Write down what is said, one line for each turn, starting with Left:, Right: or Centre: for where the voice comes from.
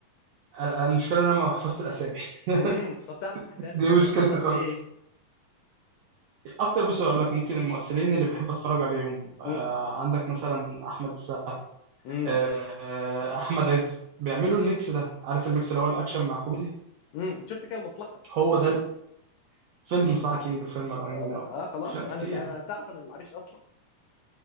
Right: أنا- المشكله إن انا ما بحفظش الاسامي <laughs>
Left: امم طب تعرف احداث
Right: دي مشكلتي
Left: حصل
Right: خالص
Left: ايه
Right: اكتر بص اقول لك ممكن الممثلين اللي بحب اتفرج عليهم آه
Left: امم
Right: عندك مثلا احمد السقا
Left: امم
Right: آه احمد عز بيعملوا الميكس ده عارف الميكس اللي هو الاكشن مع كوميدي
Left: امم شفت كده المصلحه بقى
Right: هو ده الفيلم صح اكيد وفيلم رهينه
Left: اه, بقى.
Right: وافلام
Left: آه خلاص بقى.
Right: كتير
Left: انا أنا تعرف انا من العريش اصلا